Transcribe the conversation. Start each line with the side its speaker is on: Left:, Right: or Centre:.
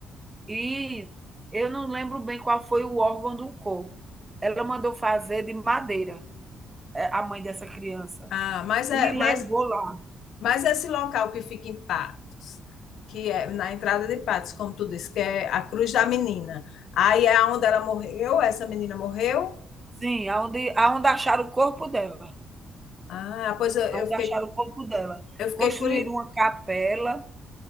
Right: e eu não lembro bem qual foi o órgão do corpo. Ela mandou fazer de madeira, eh, a mãe dessa criança,
Left: Ah, mas é,
Right: e
Left: mas,
Right: levou lá.
Left: mas esse local que fica em Patos, que é na entrada de Patos, como tu disse, que é a Cruz da Menina. Aí é onde ela morreu, essa menina morreu.
Right: Sim, aonde aonde acharam o corpo dela.
Left: Ah, pois eu, eu
Right: Aonde
Left: fiquei,
Right: acharam o corpo dela.
Left: eu fiquei
Right: Construíram
Left: curiosa.
Right: uma capela,